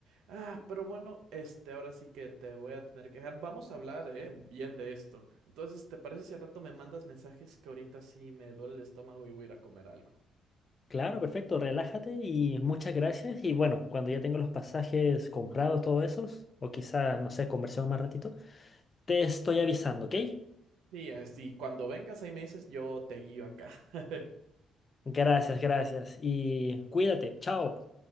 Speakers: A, on the right; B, on the left.
A: Ah, pero bueno, este, ahora sí que te voy a tener que dejar. Vamos a hablar, eh, bien de esto. Entonces, ¿te parece si al rato me mandas mensajes que ahorita sí me duele el estómago y voy a ir a comer algo?
B: Claro, perfecto, relájate y muchas gracias. Y bueno, cuando ya tengo los pasajes comprados, todos esos, o quizá, no sé, conversemos más ratito, te estoy avisando, ¿ok?
A: Sí, así, cuando vengas ahí me dices, yo te guío acá. <laughs>
B: Gracias, gracias. Y cuídate, chao.